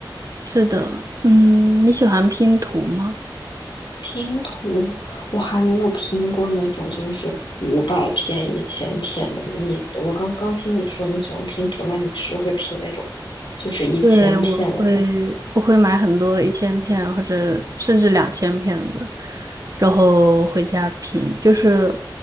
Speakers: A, on the right; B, on the left.
A: 是的，嗯，你喜欢拼图吗？
B: 拼图我还没有拼过那种就是五百片、一千片的呢。你我刚刚听你说你喜欢拼图，那你是会拼那种就是一千片的吗？
A: 对，我会我会买很多一千片或者甚至两千片的，然后回家拼。就是